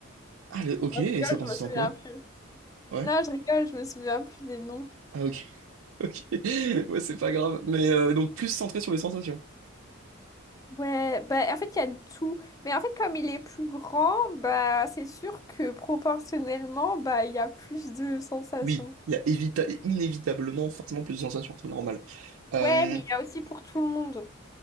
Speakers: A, on the right; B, on the left.
A: Ah, le- ok,
B: Non,
A: et ça
B: je rigole,
A: consiste
B: je me souviens
A: en quoi?
B: plus.
A: Ouais.
B: Non, je rigole, je me souviens plus des noms.
A: Ah, ok. <laughs> Ok. Ouais, c'est pas grave. Mais euh, donc, plus centré sur les sensations.
B: Ouais, bah en fait, il y a de tout. Mais en fait, comme il est plus grand, bah c'est sûr que proportionnellement, bah il y a plus de sensations.
A: Oui, il y a évita- inévitablement forcément plus de sensations, c'est normal. Euh,
B: Ouais, mais il y a aussi pour tout le monde.